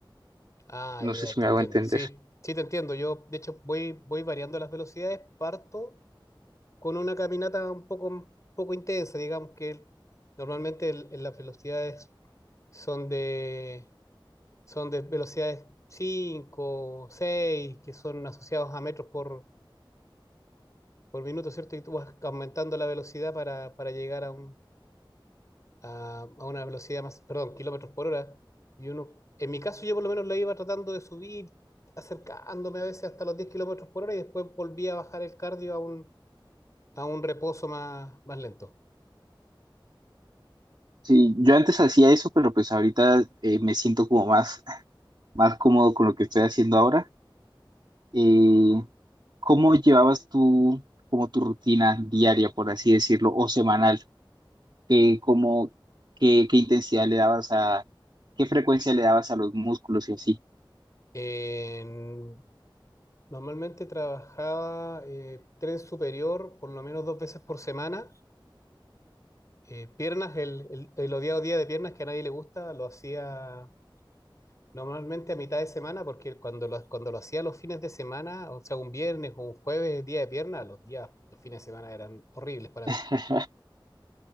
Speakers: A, on the left (about 40°); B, on the right (about 55°).
A: Ah, ya,
B: No sé si
A: te
B: me
A: entiendo.
B: hago entender.
A: Sí, sí, te entiendo. Yo, de hecho, voy, voy variando las velocidades, parto con una caminata un poco, un poco intensa, digamos que el- normalmente el- en las velocidades son de, son de velocidades 5 6 que son asociados a metros por, por minuto, ¿cierto? Y tú vas aumentando la velocidad para, para llegar a, un, a, a una velocidad más, perdón, kilómetros por hora. Y uno, en mi caso yo por lo menos la iba tratando de subir, acercándome a veces hasta los 10 kilómetros por hora y después volvía a bajar el cardio a un, a un reposo más, más lento.
B: Sí, yo antes hacía eso, pero pues ahorita eh, me siento como más, más cómodo con lo que estoy haciendo ahora. Eh, ¿cómo llevabas tú como tu rutina diaria, por así decirlo, o semanal? ¿Qué, cómo, qué, qué intensidad le dabas a, qué frecuencia le dabas a los músculos y así?
A: En- normalmente trabajaba eh, tren superior por lo menos dos veces por semana. Eh, piernas, el, el, el odiado día de piernas que a nadie le gusta, lo hacía normalmente a mitad de semana, porque cuando lo, cuando lo hacía los fines de semana, o sea, un viernes o un jueves, día de piernas, los días, los fines de semana eran horribles para
B: <laughs>
A: mí.